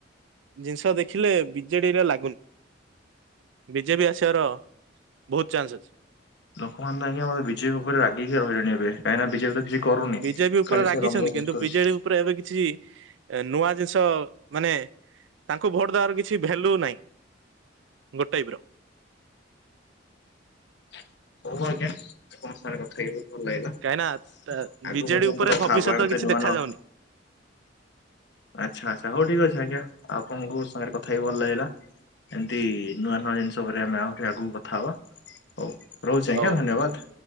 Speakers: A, on the right; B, on the left.
A: ଜିନିଷ ଦେଖିଲେ ବିଜେଡିରେ ଲାଗୁନି। ବିଜେପି ଆସିବାର ବହୁତ ଚାନସ୍ ଅଛି।
B: ଲୋକ ମାନେ ବି ଆମର ବିଜେପି ଉପରେ ରାଗିକି ରହିଲେଣି ଏଵେ। କାହିଁକି ନା ବିଜେପି। କିଛି କରୁନି।
A: ବିଜେପି ଉପରେ
B: ଖାଲି
A: ରାଗିଛନ୍ତି
B: ସେ ରଙ୍ଗ ୟୁଜ
A: କିନ୍ତୁ
B: କରୁଛି
A: ବିଜେଡି ଉପରେ ଏବେ କିଛି ନୂଆ ଜିନିଷ ମାନେ ତାଙ୍କୁ ଭୋଟ ଦବାର କିଛି ଭ୍ୟାଲୁ ନାହିଁ। ଗୋ ଟାଇପ୍ ର
B: <unintelligible> ହୋଉ ଆଜ୍ଞା ତମ ସାଙ୍ଗରେ କଥା ହେଇକି ବୋ ଭଲ ଲାଗିଲା ଆଗକୁ
A: କାହିଁକି ନା ବିଜେଡି
B: ମଧ୍ୟ ଏମିତି
A: ଉପରେ
B: କଥା
A: ଭବିଷ୍ୟତ
B: ହବା ଆମିତି
A: କିଛି
B: ନୁଆ
A: ଦେଖା
B: ନୁଆ
A: ଯାଉନି
B: ଆଚ୍ଛା ଆଚ୍ଛା ହଉ ଠିକ୍ ଅଛି ଆଜ୍ଞା ଆପଣଙ୍କୁ ସାଙ୍ଗରେ କଥା ହେଇ ଭଲ ଲାଗିଲା। ଏମତି ନୂଆ ନୂଆ ଜିନିଷ ଉପରେ ଆମେ ଆହୁରି ଆଗକୁ କଥା ହବା ହୋଉ। ରହୁଚି ଆଜ୍ଞା
A: ହଉ।
B: ଧନ୍ୟବାଦ୍।